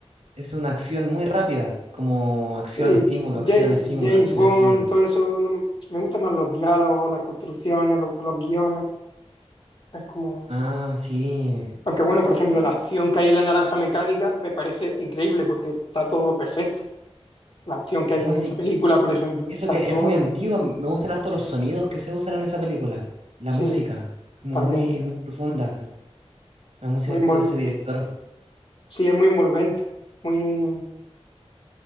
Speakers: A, on the right; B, on the left.
A: Es una acción muy rápida, como acción,
B: Sí,
A: estímulo,
B: James,
A: acción, estímulo,
B: James
A: acción,
B: Bond,
A: estímulo.
B: todo eso, no- me gustan más los diálogos, las construcciones, los, los guiones. Es como,
A: Ah, sí.
B: aunque bueno, por ejemplo,
A: Sí,
B: la acción que hay en La Naranja Mecánica me parece increíble porque está todo perfecto. La acción que hay
A: No,
B: en
A: sí,
B: esa película, por ejemplo,
A: eso
B: está
A: que
B: todo,
A: es muy antiguo, me gustan harto los sonidos que se usan en esa película, la
B: sí,
A: música, como
B: también
A: muy, muy profunda, la música
B: muy invol.
A: que usa ese director.
B: sí, es muy envolvente, muy,